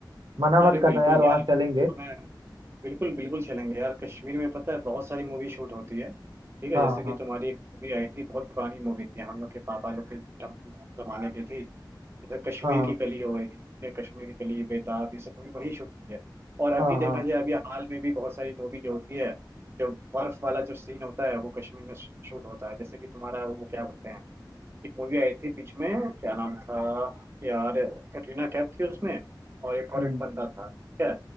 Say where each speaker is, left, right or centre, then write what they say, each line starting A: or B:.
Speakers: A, on the right; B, on the right.
A: मना
B: अरे
A: मत करना
B: बिल्कुल
A: यार वहां
B: यार तो
A: चलेंगे
B: मैं बिल्कुल बिल्कुल चलेंगे यार कश्मीर में पता है बहुत सारी मूवी शूट होती है ठीक है
A: हाँ
B: जैसे कि
A: हाँ
B: तुम्हारी एक मूवी आई थी बहुत पुरानी मूवी थी हम लोग के पापा लोग के जम- जमाने की थी जैसे कश्मीर
A: हाँ
B: की कली हो गई ठीक है, कश्मीर की कली बेताब ये सब मूवी वहीं शूट हुई है और अभी
A: हाँ
B: देखा
A: हाँ
B: जाए अभी हाल में भी बहुत सारी मूवी जो होती है जो बर्फ वाला जो सीन होता है वो कश्मीर में शूट होता है जैसे कि तुम्हारा वो क्या बोलते हैं एक मूवी आई थी बीच में क्या नाम था यार कटरीना कैफ थी उसमें और एक और
A: हम्म,
B: एक बंदा था ठीक है